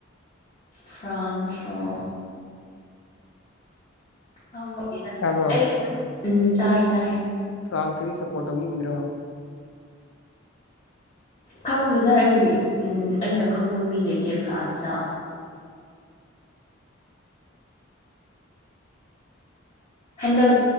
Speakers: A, on the left; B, on the left.
A: ꯐ꯭ꯔꯥꯟꯁ ꯔꯣ ꯈꯪꯕꯗꯤꯗ
B: ꯇꯥꯕ꯭ꯔꯣ
A: ꯑꯩ ꯐꯨꯠ ꯎꯝ ꯇꯥꯏꯌꯦ ꯇꯥꯏꯌꯦ
B: ꯐ꯭ꯔꯥꯟꯁ ꯀꯗꯤ ꯁꯄꯣꯔꯠꯧꯅꯤ꯭ꯔꯣ
A: ꯈꯪꯗꯦꯅ ꯑꯩ ꯑꯩꯅ ꯈꯪꯕ ꯃꯤ ꯂꯩꯇꯦ ꯐ꯭ꯔꯥꯟꯁꯇ ꯍꯟꯗꯛ